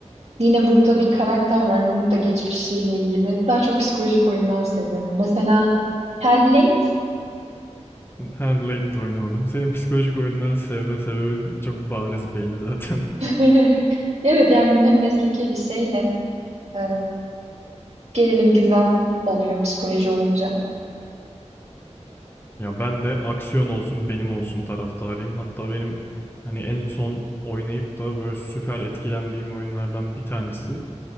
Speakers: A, on the right; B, on the left.
A: yine burada bir karakter var. Bunun da geçmişiyle ilgili. Daha çok psikolojik oyunlar seviyorum. Mesela Hellblade.
B: Ha Blade de oynamadım. Senin psikolojik oyunları sevme sebebin çok bariz belli zaten.
A: <laughs> Evet yani hem mesleki bir şey hem e, gerilim gizem oluyor psikoloji olunca.
B: <laughs> ya ben de aksiyon olsun benim olsun taraftarıyım. Hatta benim hani en son oynayıp da böyle süper etkilendiğim oyunlardan bir tanesi